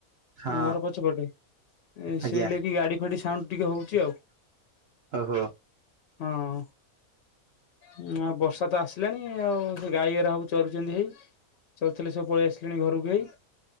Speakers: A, on the right (about 65°); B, on the left (about 65°).
A: ହଁ
B: ଆମ ଘର ପଛପଟେ
A: ଆଜ୍ଞା
B: ସେ ଲାଗି ଗାଡି ଫାଡି ସାଉଣ୍ଡ ଟିକେ ହଉଛି ଆଉ
A: ଓ ହୋ
B: ହଁ। ହଁ ଆଉ ବର୍ଷା ତ ଆସିଲାଣି ଆଉ ସେ ଗାଈଗରା ଚରୁଛନ୍ତି ହେଇ ଚରୁ ଥିଲେ ସବୁ ପଳେଇ ଆସିଲିଣି ଘରକୁ ହେଇ